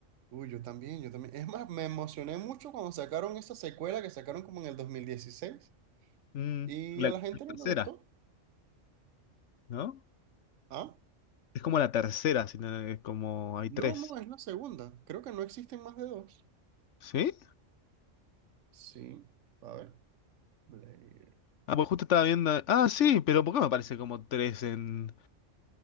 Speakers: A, on the right; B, on the left.
A: Uy, yo también, yo también. Es más, me emocioné mucho cuando sacaron esa secuela que sacaron como en el 2016
B: Mm,
A: y
B: la,
A: a
B: la
A: la gente
B: tercera,
A: no le gustó.
B: ¿no?
A: ¿Ah?
B: Es como la tercera, si no- es como hay
A: No,
B: tres.
A: no, es la segunda. Creo que no existen más de dos.
B: ¿Sí?
A: Sí, a ver. Blade.
B: Ah, pues justo estaba viendo. Ah, sí, pero ¿por qué me aparece como tres en,